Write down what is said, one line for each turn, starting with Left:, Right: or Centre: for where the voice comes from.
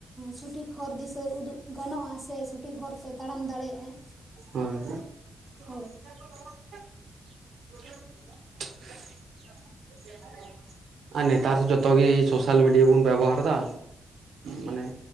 Centre: ᱥᱚᱴᱷᱤᱠ ᱦᱚᱨ ᱫᱤᱥᱟᱹ ᱩᱫᱩᱜ ᱜᱟᱱᱚᱜᱼᱟ ᱥᱮ, ᱥᱚᱴᱷᱤᱠ ᱦᱚᱨ ᱛᱮ ᱛᱟᱲᱟᱢ ᱫᱟᱲᱮᱭᱟᱜᱼᱟᱭ᱾
Right: ᱦᱳᱭ ᱦᱳᱭ᱾
Centre: ᱦᱳᱭ᱾
Right: <unintelligible> ᱟᱨ ᱱᱮᱛᱟᱨ ᱫᱚ ᱡᱚᱛᱚ ᱜᱮ ᱥᱳᱥᱟᱞ ᱢᱤᱰᱤᱭᱟ ᱵᱚᱱ ᱵᱮᱵᱚᱦᱟᱨᱮᱫᱟ᱾ ᱢᱟᱱᱮ